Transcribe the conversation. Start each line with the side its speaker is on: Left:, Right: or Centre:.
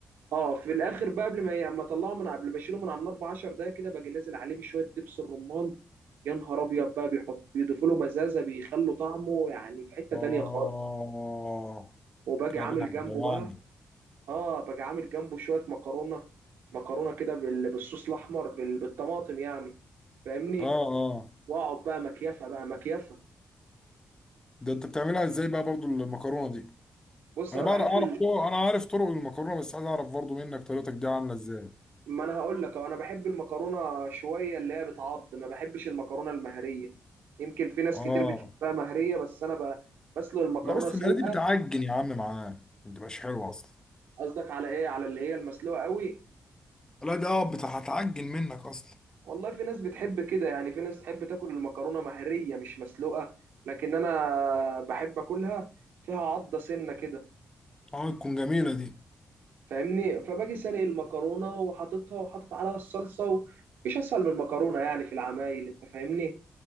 Right: اه في الاخر بقى قبل ما ي- اما اطلعه من قبل ما اشيله من على النار ب 10 دقايق كده باجي نازل عليه بشويه دبس الرمان يا نهار ابيض بقى بيحط بيضيفوا له مزازه بيخلوا طعمه يعني في حته
Left: اه
Right: تانية خالص وباجي
Left: كده
Right: عامل
Left: بقى
Right: جنبه
Left: جوعني
Right: بقى اه باجي عامل جنبه شويه مكرونه مكرونه كده بال- بالصوص الاحمر بال- بالطماطم يعني فاهمني
Left: اه اه
Right: واقعد بقى مكيفه بقى مكيفه
Left: ده انت بتعملها ازاي بقى برضو المكرونه دي
Right: بص
Left: انا
Right: انا
Left: بعرف
Right: بحب
Left: اعرف طرق انا عارف طرق المكرونه بس عايز اعرف برضو منك طريقتك دي عامله ازاي
Right: ما انا هقول لك أهو، انا بحب المكرونه شويه اللي هي بتعض ما بحبش المكرونه المهريه يمكن في ناس
Left: اه
Right: كتير بتحبها مهريه بس انا ب- بسلق المكرونه
Left: لا بس
Right: سلقه
Left: المره دي بتعجن يا عم معاك ما بتبقاش حلوه اصلا
Right: قصدك على ايه على اللي هي المسلوقه قوي
Left: لا ده بتاع- هتعجن منك اصلا
Right: والله في ناس بتحب كده يعني في ناس تحب تاكل المكرونه مهريه مش مسلوقه لكن انا بحب اكلها فيها عضه سنه كده
Left: اه تكون جميله دي
Right: فاهمني فباجي سلق المكرونه وحاططها وحاطط عليها الصلصه و... مش اسهل من المكرونه يعني في العمايل انت فاهمني